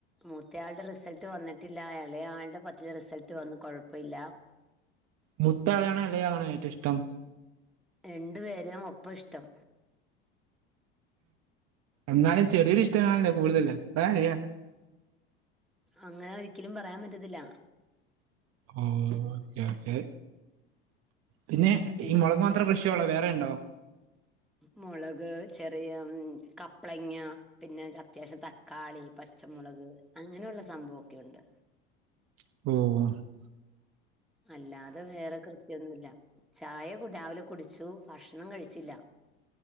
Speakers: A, in the centre; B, on the right.
A: മൂത്തയാളുടെ റിസൾട്ട് വന്നിട്ടില്ല എളേയാളുടെ പത്തിലറിസൾട്ട് വന്നു കൊഴപ്പഇല്ല
B: മുത്താളെയാണൊ എളയാളാണൊ ഏറ്റു ഇഷ്ടം
A: രണ്ടു പേരേം ഒപ്പം ഇഷ്ടം
B: എന്നാലും ചെറിയൊരു ഇഷ്ടം കാണില്ലേ കൂടുതല് അതാരെയ
A: അങ്ങനെ ഒരിക്കലും പറയാൻ പറ്റത്തില്ല
B: ഓ ഓ ഓക്കെ ഓക്കെ പിന്നെ
A: പിന്നെ
B: ഈ മൊളക്ക് മാത്രം കൃ ഷി ഒള്ളോ വേറെ ഇണ്ടോ
A: മൊളക് ചെറിയ കപ്ളങ്ങ പിന്നെ അത്യാവശ്യം ത ക്കാളി പച്ചമുളക് അങ്ങനെയുള്ള സംഭവൊക്കെ ഉണ്ട്
B: ഉം
A: അല്ലാതെ വേറെ കൃ ഷി ഒന്നുല്ല, ചായ രാവിലെ കുടിച്ചു ഭക്ഷണം കഴിച്ചില്ല.